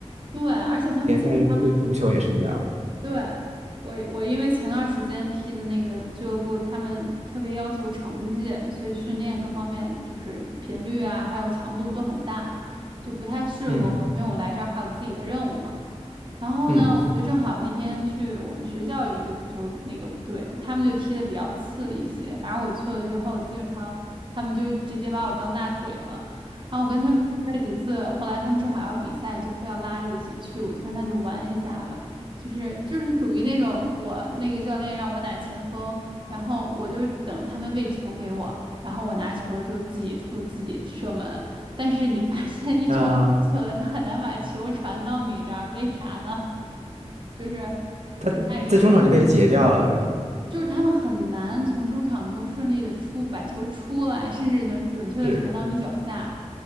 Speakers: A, on the right (about 45°); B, on the right (about 75°).
A: 对，而且他们基本。
B: 连带着就对足球也是一样。
A: 对，我我因为前段时间踢的那个俱乐部，他们特别要求成绩，所以训练各方面就是频率啊，还有强度都很大，就不太适合我，
B: 嗯
A: 因为我来这儿还有自己的任务嘛。然后呢，
B: 嗯
A: 我就正好那天去我们学校有一个足球那个队，他们就踢的比较次一些。反正我去了之后，基本上他们就直接把我当大腿了。然后我跟他们踢了几次，后来他们正好要比赛，就非要拉着我一起去，我就说那就玩一下吧。就是就是属于那种我那个教练让我打前锋，然后我就是等他们喂球给我，然后我拿球了之后自己突自己射门。但是你发现一场过去了，
B: 啊。
A: 他很难把球传到你这儿，为啥呢？<laughs> 就是
B: 他在中场就被截掉了，
A: 实在是。
B: 是吧？
A: 就是他们很难从中场能够顺利的出，把球出来，甚至能准确的传到你脚下，
B: 是，